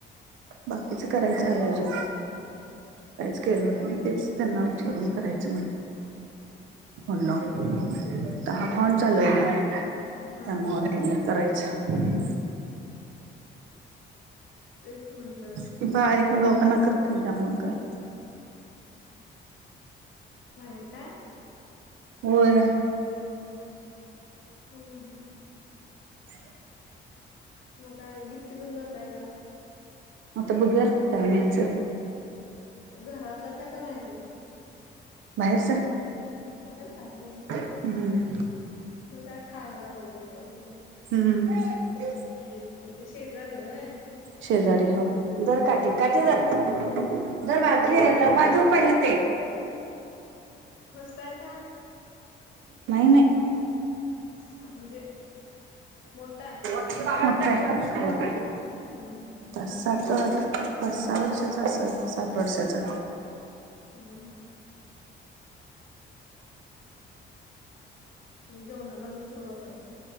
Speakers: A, on the right; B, on the left.
A: बाकीच करायचं आहे अजून काहीच केल नाही तेच त्यांना विचारून करायचं म्हण म्हणलं तर हा फोन चालू आहे ना त्यामुळे
B: हा हा
A: करायचा हम्
B: हम् तेच म्हंटलं
A: <inaudible>
B: बाहेर काय.
A: होय.
B: हो हो
A: <inaudible>
B: मग काय गिफ्ट घेऊन जाताय का.
A: आता बघूया काय न्यायचं
B: घरातलाच आहे का बाहेरला.
A: बाहेरचा.
B: बाहेर चाललोय.
A: हम्म.
B: मग काय खायाला वगैरे काहीतरी.
A: हुं हुं हुं
B: म्हणजे शेजारी व्हय.
A: शेजारी हो धर काठी काठी धर धर काठी वाजू पाहिलं ते.
B: फस्तय का.
A: नाही नाही.
B: ह म्हणजे मोठा आहे.
A: मोठा आहे हो.
B: हम्म हम्म.
A: सात पाच सहा वर्षाचा असल सात वर्षाचा.
B: हम्म हम्. जेवणाला अजून सुरुवात नाही.